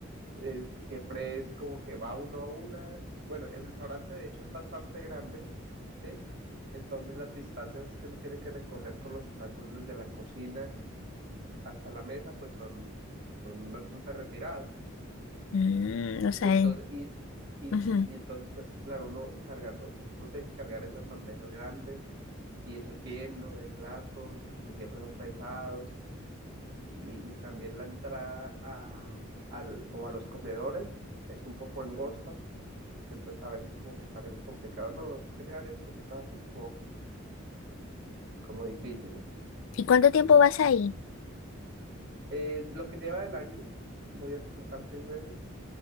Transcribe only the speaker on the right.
eh, siempre es como que va uno a una. Bueno, el restaurante de hecho es bastante grande, ¿sí? Entonces las distancias que uno tiene que recorrer con los platos desde la cocina hasta la mesa pues son, son bastante retirados.
Oye,
entonces,
y, y,
y, y entonces, pues claro, uno cargarnos, no tiene que cargar eso en bandejas grandes y eso lleno de platos y siempre son pesados y, y también la entrada a, al, como a los comedores es un poco angosta, entonces a veces como que también es complicado, ¿no? Tiene varias cositas así como, como difíciles.
Eh, lo que lleva del año, voy a completar seis meses